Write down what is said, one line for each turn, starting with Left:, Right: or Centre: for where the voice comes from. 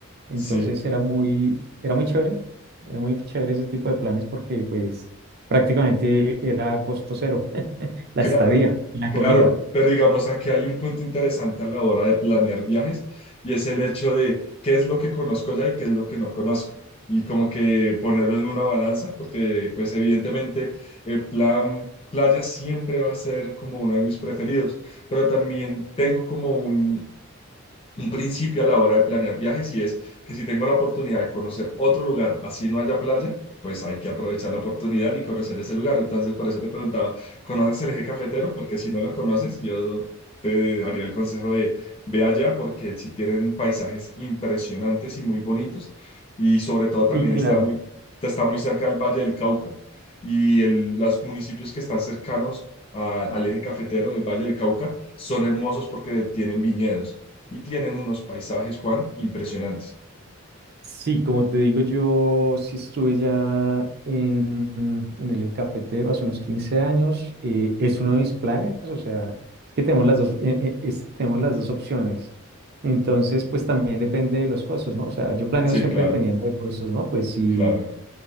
Right: Entonces
Left: Sí.
Right: era muy, era muy chévere, era muy chévere ese tipo de planes porque pues prácticamente era costo cero, <laughs> la
Left: Claro,
Right: estadía y la
Left: Claro,
Right: comida.
Left: pero digamos aquí hay un punto interesante a la hora de planear viajes y es el hecho de qué es lo que conozco ya y qué es lo que no conozco y como que ponerlo en una balanza porque pues evidentemente el plan playa siempre va a ser como uno de mis preferidos, pero también tengo como un, un principio a la hora de planear viajes y es que si tengo la oportunidad de conocer otro lugar, así no haya playa, pues hay que aprovechar la oportunidad y conocer ese lugar. Entonces, por eso te preguntaba, ¿conoces el eje cafetero? Porque si no lo conoces, yo te daría el consejo de ve allá porque si tienen paisajes impresionantes y muy bonitos y sobre todo también
Right: Sí, claro.
Left: está muy, está muy cerca del Valle del Cauca y el- los municipios que están cercanos a- al eje cafetero del Valle del Cauca son hermosos porque tienen viñedos y tienen unos paisajes, Juan, impresionantes.
Right: Sí, como te digo, yo sí estuve ya en, en el eje cafetero hace unos 15 años. eh, es uno de mis planes, o sea, es que tenemos las dos, eh, eh, es- tenemos las dos opciones. Entonces, pues también depende de los costos, ¿no? O sea, yo planeo
Left: Sí,
Right: siempre
Left: claro,
Right: dependiendo de costos, ¿no? Pues sí
Left: claro.